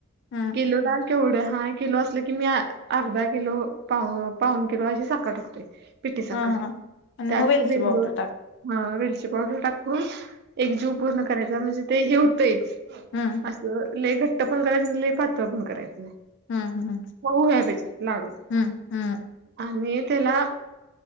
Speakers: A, on the left; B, on the right.
A: हूं
B: किलोला केवढं हा किलो असलं की म्या अर्धा किलो पा अ पाऊन किलो अशी साखर टाकतोय. पिठी साखर
A: हा हा आणि
B: त्यात
A: मोबाईलची
B: वेलदोड
A: पावडर टाक
B: हा वेलची पावडर टाकून एक जीव पूर्ण करायचा म्हणजे ते हे हुतईच
A: हम्म
B: अ लय घट्ट पण करायचं नाय लय पातळ पण करायचं नाय.
A: हम्म हम्म
B: मऊ व्हायला पाहिजेत लाडू
A: हम्म हम्म
B: आणि त्याला